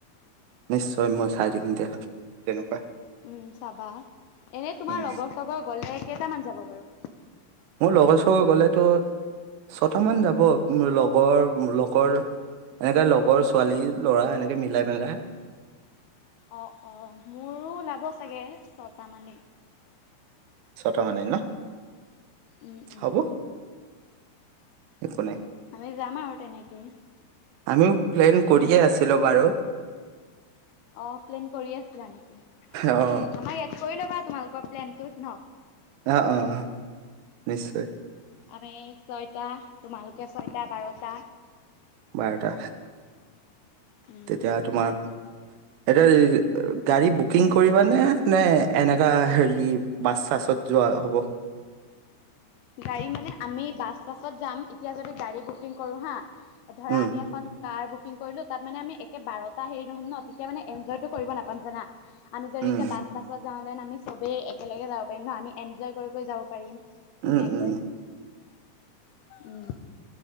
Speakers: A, on the right (about 85°); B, on the left (about 75°).
A: নিশ্চয় মই চাই দিম দিয়া তেনেকুৱা
B: উম চাবা এনে তোমাৰ
A: উম
B: লগৰ চগৰ গলে কেইটামান যাব বাৰু
A: মোৰ লগৰ চগৰ গ'লেতো ছটামান যাব মোৰ লগৰ মোৰ লগৰ এনেকে লগৰ ছোৱালী ল'ৰা এনেকে মিলাই পেলাই
B: অঁ অঁ মোৰো ওলাব চাগে ছটামানেই
A: ছটামানে ন
B: উম উম
A: হ'ব একো নাই
B: আমি যাম আৰু তেনেকে
A: আমিও প্লেন কৰিয়ে আছিলো বাৰু
B: অ প্লেন কৰি আছিলা নেকি
A: অঁ
B: আমাৰ ইয়াত কৰি ল'বা তোমালোকৰ প্লেনটোত ন
A: আহ অ অ নিশ্চয়
B: আমি ছয়টা তোমালোকে ছয়টা বাৰটা
A: বাৰটা
B: উম
A: তেতিয়া তোমাৰ এতিয়া গাড়ী বুকিং কৰিবানে নে এনেকুৱা হেৰি বাছ চাছত যোৱা হব
B: গাড়ী মানে আমি বাছ চাছত যাম এতিয়া যদি গাড়ী বুকিং কৰো হা ধৰা
A: উম
B: আমি এখন কাৰ বুকিং কৰিলোঁ তাত মানে আমি একে বাৰটা হেৰি নহ'ম ন তেতিয়া মানে এনজয়টো কৰিব নাপাম জানা আমি যদি
A: উম
B: এতিয়া বাছ চাছত যাওঁতেতেন আমি চবেই একেলগে যাব পাৰিম ন আমি এনজয় কৰি কৰি যাব পাৰিম ধুনীয়াকে
A: উম উম
B: উম